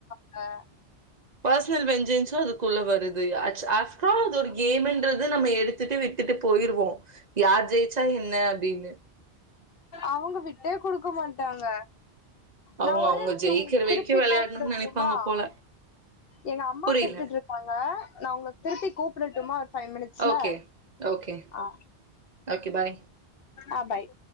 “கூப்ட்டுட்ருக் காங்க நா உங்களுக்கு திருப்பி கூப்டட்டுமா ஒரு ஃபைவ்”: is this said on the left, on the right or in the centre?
Left